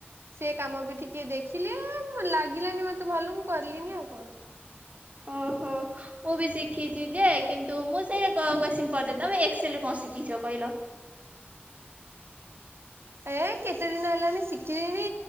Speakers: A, on the right; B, on the right.
A: ସେ କାମ ବି ଟିକେ ଦେଖିଲି ଲାଗିଲାନି ମତେ ଭଲ ମୁଁ କରିଲିନି ଆଉ କଣ?
B: ଓହୋ ମୁଁ ବି ଶିଖିଛି ଯେ କିନ୍ତୁ ମୁଁ ସେଇ କ୍ୱେସ୍ଚିନ୍ ପଚାରୁଛି ତମେ ଏକ୍ସେଲ୍ କଣ ଶିଖିଛ କହିଲ?
A: ଏ କେତେ ଦିନ ହେଲାଣି ଶିଖିଲିଣି।